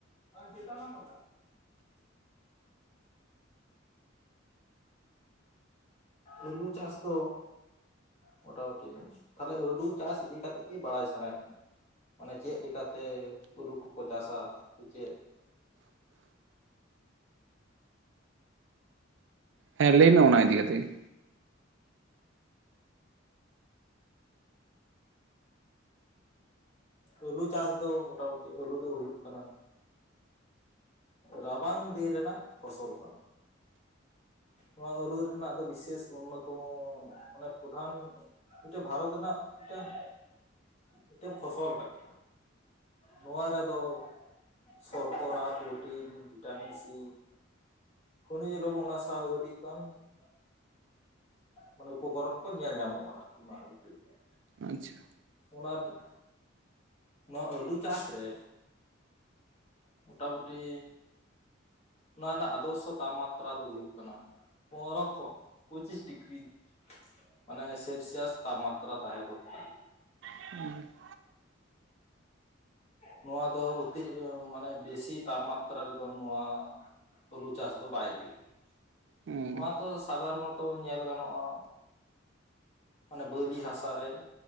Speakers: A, on the left; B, on the right.
A: ᱟᱨ ᱪᱮᱛᱟᱱ ᱞᱟᱝ ᱵᱟᱜᱟᱜᱼᱟ᱾ ᱟᱞᱩ ᱪᱟᱥ ᱫᱚ ᱢᱚᱴᱟ ᱢᱩᱴᱤ ᱛᱟᱦᱚᱞᱮ ᱟᱹᱞᱩ ᱪᱟᱥ ᱤᱫᱤ ᱠᱟᱛᱮᱜ ᱜᱮ ᱵᱟᱲᱟᱭ ᱥᱟᱱᱟᱭᱮᱫ ᱚᱱᱮ ᱪᱮᱫ ᱞᱮᱠᱟᱛᱮ ᱟᱹᱞᱩ ᱠᱚᱠᱚ ᱪᱟᱥᱟ ᱥᱮ ᱪᱮᱫ
B: ᱦᱮᱸ ᱞᱟᱹᱭ ᱢᱮ ᱚᱱᱟ ᱤᱫᱤ ᱠᱟᱛᱮ ᱜᱮ?
A: ᱟᱹᱞᱩ ᱪᱟᱥ ᱫᱚ ᱢᱚᱴᱟ ᱢᱩᱴᱤ ᱟᱹᱞᱩ ᱫᱚ ᱦᱩᱭᱩᱜ ᱠᱟᱱᱟ ᱨᱟᱵᱟᱝ ᱫᱤᱱ ᱨᱮᱱᱟᱜ ᱯᱷᱚᱥᱚᱞ ᱠᱟᱱᱟ᱾ ᱱᱚᱣᱟ ᱟᱹᱞᱩ ᱨᱮᱱᱟᱜ ᱫᱚ ᱵᱤᱥᱮᱥ ᱩᱱᱚᱛᱚᱢᱚ ᱢᱟᱱᱮ ᱯᱨᱚᱫᱷᱟᱱ ᱢᱤᱫᱴᱮᱱ ᱵᱷᱟᱨᱚᱛ ᱨᱮᱱᱟᱜ ᱢᱤᱫᱴᱟᱝ, ᱢᱤᱫᱴᱮᱱ ᱯᱷᱚᱥᱚᱞ ᱠᱟᱱᱟ᱾ ᱱᱚᱣᱟ ᱨᱮᱫᱚ, ᱥᱚᱨᱚᱠᱚᱨᱟ ᱯᱨᱚᱴᱤᱱ ᱵᱷᱤᱴᱟᱢᱤᱱ ᱥᱤ ᱦᱚᱱᱤᱡ ᱞᱚᱵᱚ ᱚᱱᱟ <unintelligible> ᱢᱟᱱᱮ ᱩᱯᱚᱠᱚᱨᱚᱱ ᱠᱚ ᱧᱮᱞ ᱧᱟᱢᱚᱜᱼᱟ ᱟᱨᱠᱤ <unintelligible>
B: ᱟᱪᱪᱷᱟ
A: ᱚᱱᱟ ᱨᱮᱱ ᱱᱚᱣᱟ ᱟᱹᱞᱩ ᱪᱟᱥ ᱨᱮ, ᱢᱚᱴᱟᱢᱩᱴᱤ ᱚᱱᱟ ᱨᱮᱱᱟᱜ ᱟᱫᱚᱨᱥᱚ ᱛᱟᱯᱢᱟᱛᱨᱟ ᱫᱚ ᱦᱩᱭᱩᱜ ᱠᱟᱱᱟ ᱯᱚᱱᱨᱚ ᱠᱷᱚᱱ ᱯᱚᱸᱪᱤᱥ ᱰᱤᱜᱨᱤ, ᱢᱟᱱᱮ ᱥᱮᱞᱥᱤᱭᱟᱥ ᱛᱯᱢᱟᱛᱨᱟ ᱛᱟᱦᱮᱸ ᱫᱚᱨᱠᱟᱨ᱾
B: <unintelligible>
A: ᱱᱚᱣᱟ ᱫᱚ ᱚᱛᱤᱨ ᱢᱟᱱᱮ ᱵᱮᱥᱤ ᱛᱟᱯᱢᱟᱛᱨᱟ ᱨᱮᱫᱚ ᱱᱚᱣᱟ ᱟᱹᱞᱩ ᱪᱟᱥ ᱫᱚ ᱵᱟᱭ ᱦᱩᱭᱩᱜᱼᱟ᱾
B: ᱦᱮᱸ
A: ᱱᱚᱣᱟᱛᱚ ᱥᱟᱫᱷᱟᱨᱚᱱᱚᱛᱚ ᱧᱮᱞ ᱜᱟᱱᱚᱜᱼᱟ ᱢᱟᱱᱮ ᱵᱟᱹᱞᱤ ᱦᱟᱥᱟ ᱨᱮ